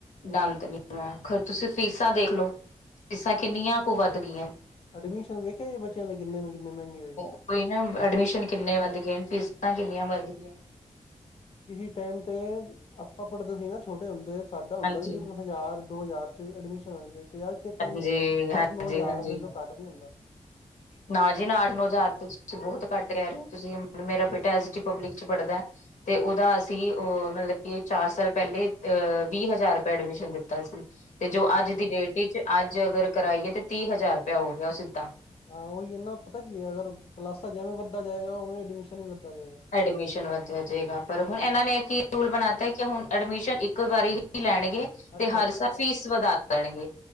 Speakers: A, on the left; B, on the left.
A: ਦਾ ਅੰਤ ਨੀ, ਖਰ। ਤੁਸੀਂ ਫੀਸਾਂ ਦੇਖ ਲਓ, ਫੀਸਾਂ ਕਿੰਨੀਆਂ ਕੁ ਵੱਧ ਗਈਆਂ।
B: ਐਡਮਿਸ਼ਨ ਵੇਖੇ ਜੇ, ਬਚਿਆ ਦੇ ਕਿਨੇ ਕਿੰਨੇ ਮਹਿੰਗੇ ਹੋਏਦੇ।
A: ਓਹੀ ਨਾ, ਐਡਮਿਸ਼ਨ ਕਿੰਨੇ ਵੱਧ ਗਏ ਨੇ, ਫੀਸਾਂ ਕਿੰਨੀਆਂ ਵੱਧ ਗਈਆਂ।
B: ਕਿਸੇ ਟਾਈਮ ਤੇ ਆਪਾਂ ਪੜ੍ਹਦੇ ਸੀ ਨਾ, ਛੋਟੇ ਹੁੰਦੇ। ਸਾਡਾ ਹੁੰਦਾ
A: ਹਾਂਜੀ
B: ਸੀ, ਹਜ਼ਾਰ, ਦੋ ਹਜ਼ਾਰ ਚ ਐਡਮਿਸ਼ਨ ਹੋ ਜਾਂਦੀ। ਤੇ ਅੱਜ ਦੇ
A: ਹਾਂਜੀ
B: ਟਾਈਮ ਚ
A: ਹਾਂਜੀ
B: ਅੱਠ-ਨੌ ਹਜ਼ਾਰ
A: ਹਾਂਜੀ
B: ਤੋ ਕੱਟ ਨੀ ਹੁੰਦਾ।
A: ਨਾ ਜੀ, ਨਾ ਅਠ-ਨੌ ਹਜ਼ਾਰ ਤੇ ਤੁਸੀਂ ਬਹੁਤ ਘੱਟ ਕਹਿ ਰਹੇ ਹੋ ਤੁਸੀਂ। ਮੇਰਾ ਬੇਟਾ ਐਸ ਡੀ ਪਬਲਿਕ ਚ ਪੜ੍ਹਦਾ। ਤੇ ਉਹਦਾ ਅਸੀਂ, ਉਹ ਮਤਲਬ ਕਿ ਚਾਰ ਸਾਲ ਪਹਿਲੇ ਅਹ ਵੀਹ-ਹਜ਼ਾਰ ਰੁਪਏ ਐਡਮਿਸ਼ਨ ਦਿੱਤਾ ਸੀ। ਤੇ ਜੋ
B: ਹਾਂ
A: ਅੱਜ ਦੀ
B: ਬ
A: ਡੇਟ ਵਿੱਚ ਅੱਜ ਅਗਰ ਕਰਾਈਏ ਤੇ ਤੀਹ ਹਜ਼ਾਰ ਰੁਪਇਆ ਹੋ ਗਿਆ ਉਹ ਸਿੱਧਾ।
B: ਹਾਂ ਉਹੀ ਇਹਨਾ ਪਤਾ ਕੀ ਹੈ ਅਗਰ ਕਲਾਸਾਂ ਜਿਵੇਂ ਵੱਧਦਾ ਜਾਏਗਾ ਉਵੇਂ ਐਡਮਿਸ਼ਨ ਹੀ ਵੱਧਦਾ ਜਾਏਗਾ।
A: ਐਡਮਿਸ਼ਨ ਵੱਧਿਆ ਜਾਏਗਾ ਪਰ ਹੁਣ ਇਹਨਾਂ ਨੇ ਰੂਲ ਬਣਾ ਤ ਕਿ ਹੁਣ ਐਡਮਿਸ਼ਨ ਇੱਕ ਵਾਰੀ ਹੀ ਲੈਣਗੇ। ਤੇ
B: ਅੱਛਾ
A: ਹਰ
B: ਅੱਛਾ
A: ਸਾਲ ਫੀਸ ਵੱਧਾ ਦੇਣਗੇ